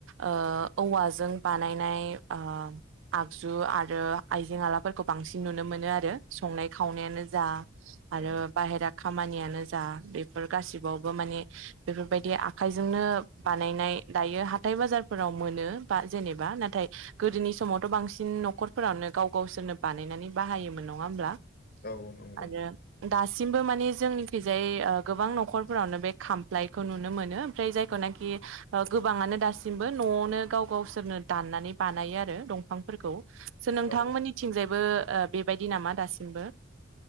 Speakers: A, on the right; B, on the left.
A: ओ औवाजों बानायनाय ओ आगजु आरो आइजें आलाफोरखौ बांसिन नुनो मोनो आरो संनाय खावनायानो जा आरो
B: औ
A: बाहेरा खामानियानो जा बेफोर गासिबावबो माने बेफोरबायदि आखाइजोंनो बानायनाय दायो हाथाय बाजारफोराव मोनो बा जेनेबा नाथाय गोदोनि समावथ' बांसिन न'खरफोरावनो गाव गावसोरनो बानायनानै बाहायोमोन नङा होमब्ला?
B: औ। नंगौ
A: आरो दासिमबो मानि जोंनिखैजाय ओ गोबां न'खरफोरावनो बे खामफ्लायखौ नुनो मोनो ओमफ्राय जायखौ नाखि ओ गोबाङानो दासिमबो न'आवनो गाव गावसोरनो दाननानै बानायो आरो दंफांफोरखौ। नोंथांमोननिथिंजाय
B: औ
A: बो ओ बेबायदि नामा दासिमबो?